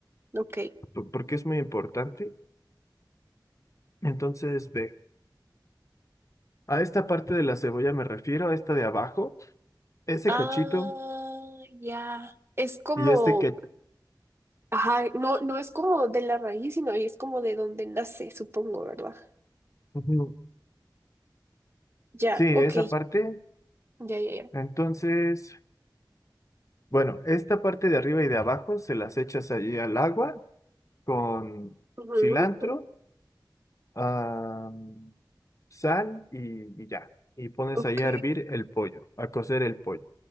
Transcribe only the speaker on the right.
Ok.
Ah,
ya. Es como
Ajá, no, no es como de la raíz, sino ahí es como de donde nace, supongo, ¿verdad?
Ya,
ok,
ya, ya, ya.
Ujú,
ujú,
Ok,